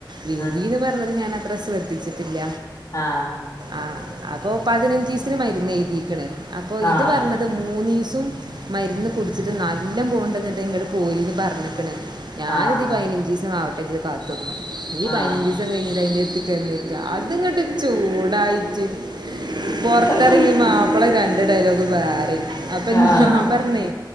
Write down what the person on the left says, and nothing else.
ആഹ്
ആഹ്
ആഹ്
ആഹ്
ആഹ്
ആഹ്
ആഹ്